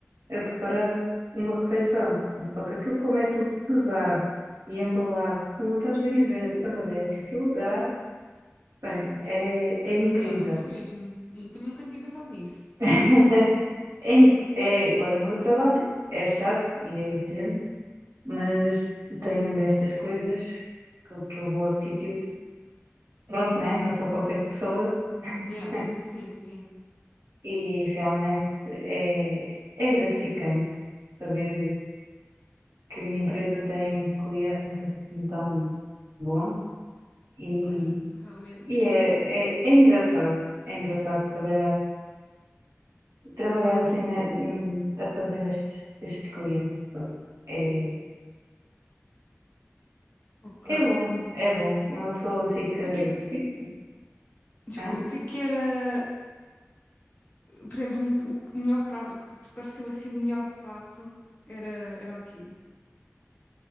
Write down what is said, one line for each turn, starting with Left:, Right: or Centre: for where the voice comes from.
Right: a preparar uma refeição. Só que aquilo, como é tudo pesado e embalado, tu não estás bem a ver a trabalhar, é que aquilo dá, bem, é,
Left: Por
Right: é
Left: acaso,
Right: incrível.
Left: já, não estou mesmo. Hum, Também nunca tinha pensado nisso.
Right: <laughs> É, inc- é, olha, o meu trabalho é chato e é exigente, mas tem destas coisas que, que eu vou a sítios. pronto, né? Não é para qualquer pessoa. <laughs>
Left: Yeah, sim, sim.
Right: E realmente é, é gratificante saber que a minha empresa tem clientes assim tão bons e,
Left: Pois, realmente.
Right: e é, é, é engraçado, é engraçado trabalhar, trabalhar assim né, hum, a fazer estes, estes clientes. Pronto. É,
Left: Ok.
Right: é bom, é bom. Uma pessoa fica,
Left: E o que é que,
Right: fica,
Left: desculpa,
Right: né?
Left: o que é que era, por exemplo, um- o, o melhor prato, o que te pareceu assim o melhor prato era, era o quê?